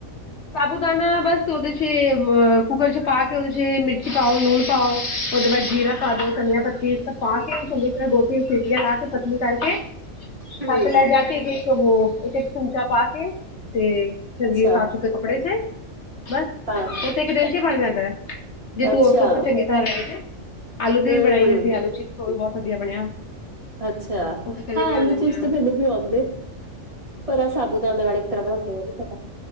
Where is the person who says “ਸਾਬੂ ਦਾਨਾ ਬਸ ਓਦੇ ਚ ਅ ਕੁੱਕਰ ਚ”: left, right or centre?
Left